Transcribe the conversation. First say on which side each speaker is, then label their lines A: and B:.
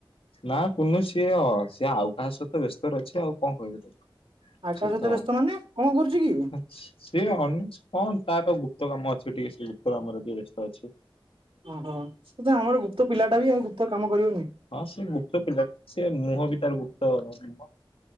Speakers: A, on the left; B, on the right.
A: ନା କୁନୁ ସିଏ ଅ ସିଏ ଆଉ କାହା ସହିତ ବ୍ୟସ୍ତ ରହିଛି ଆଉ କଣ କହିବି ତାକୁ
B: ଆଉ କାହା ସହିତ
A: ତ
B: ବ୍ୟସ୍ତ ମାନେ କଣ କରୁଛି କି?
A: ସେ ସିଏ ଅନ କଣ ତାର ଗୁପ୍ତ କାମ ଅଛି ଟିକେ ସେ ଗୁପ୍ତ କାମରେ ଟିକେ ବ୍ୟସ୍ତ ଅଛି।
B: ଓହୋ ତା ଆମର ସେ ଗୁପ୍ତ ପିଲାଟା ବି ଆଉ ଗୁପ୍ତ କାମ କରିବନିକି
A: ହଁ ସେ ଗୁପ୍ତ ପିଲା ସେ ମୁହଁ ବି ତାର ଗୁପ୍ତ ମୁହଁ।